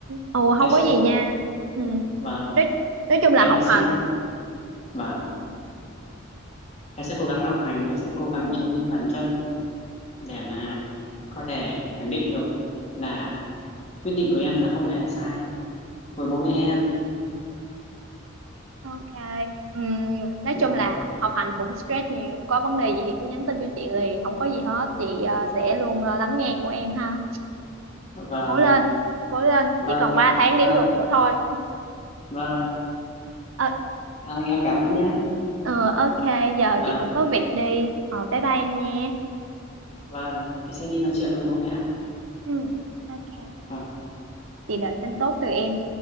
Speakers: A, on the right; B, on the left.
A: Ồ không
B: thực
A: có
B: sự
A: gì nha. Ừ.
B: và
A: Nói, nói chung là
B: em
A: học
B: sẽ
A: hành.
B: và em sẽ cố gắng học hành em sẽ cố gắng
A: Ừ.
B: chứng minh bản thân để mà có thể khẳng định được là quyết định của em là không hề sai với bố mẹ em
A: Ok. Ừ. Nói
B: vâng
A: chung là học hành cũng stress nhiều. Có vấn đề gì thì cứ nhắn tin cho chị liền. Không có gì hết. Chị ờ, sẽ luôn ờ, lắng nghe của em ha.
B: vâng
A: Cố
B: ạ.
A: lên. Cố lên.
B: vâng
A: Chỉ còn
B: em
A: 3 tháng đếm
B: vâng
A: ngược nữa thôi.
B: vâng
A: Ờ,
B: à, em cảm ơn nhá
A: ờ, ok. Giờ
B: vâng
A: chị cũng có việc đi. Ờ, bye bye em nha.
B: Vâng, em sẽ đi nói chuyện với bố mẹ.
A: Ừ. Ok.
B: Vâng.
A: Chị đợi tin tốt từ em.